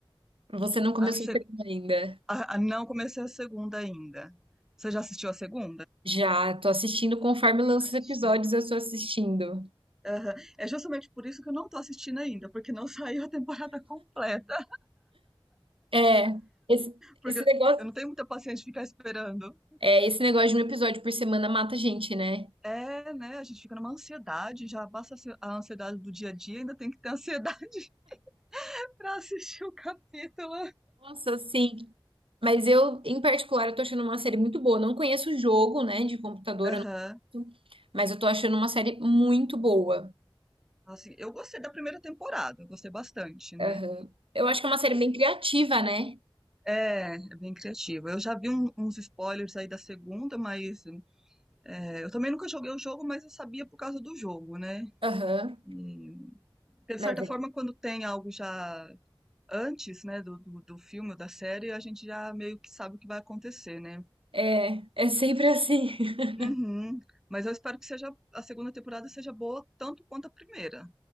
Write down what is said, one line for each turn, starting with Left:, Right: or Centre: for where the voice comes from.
Right: Você não começou
Centre: A se-
Right: a assistir ainda.
Centre: a- a- não comecei a segunda ainda. Você já assistiu a segunda?
Right: Já, tô assistindo conforme lança
Centre: assistindo.
Right: os episódios, eu tô assistindo.
Centre: Aham. É justamente por isso que eu não tô assistindo ainda, porque não <laughs> saiu a temporada completa.
Right: É, esse,
Centre: Porque
Right: esse negócio,
Centre: eu não tenho muita paciência de ficar esperando.
Right: é, esse negócio de um episódio por semana mata a gente, né?
Centre: É, né? A gente fica numa ansiedade, já passa a ansi- a ansiedade do dia a dia, ainda tem que ter ansiedade <laughs> pra assistir o capítulo.
Right: Nossa, sim. Mas eu, em particular, eu tô achando uma série muito boa. Eu Não conheço o jogo, né, de computador,
Centre: Aham.
Right: eu não- mas eu tô achando uma série muito boa.
Centre: Assim, eu gostei da primeira temporada, eu gostei bastante, né?
Right: Aham. Eu acho que é uma série bem criativa, né?
Centre: É, é bem criativo. Eu já vi um- uns spoilers aí da segunda, mas É, eu também nunca joguei o jogo, mas eu sabia por causa do jogo, né?
Right: Aham.
Centre: E, de
Right: Mas
Centre: certa forma, quando tem algo já antes, né, do, do, do filme ou da série, a gente já meio que sabe o que vai acontecer, né?
Right: é, é é sempre assim. <laughs>
Centre: Uhum. Mas eu espero que seja a segunda temporada seja boa tanto quanto a primeira.